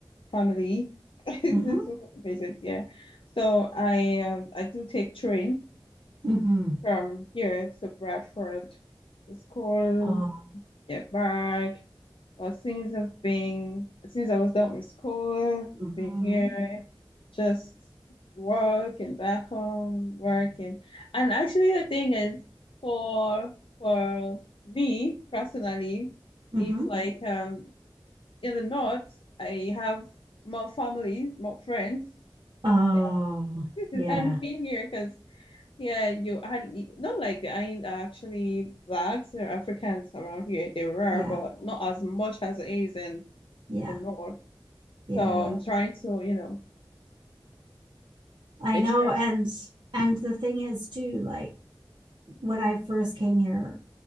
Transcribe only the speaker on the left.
family <laughs> to
visit, yeah. So I um, I do take train
from here to Bradford to school,
get back, well, since I've been, since I was done with school,
been here, just work and back home, work and, and actually the thing is for for me personally,
it's like um in the north I have more family, more friends
<laughs>
than being here because yeah, you are not like the. there ain't actually blacks they're Africans around here. they are,
but not as much as it is in
in the north.
So I'm trying to, you know,
make
sure.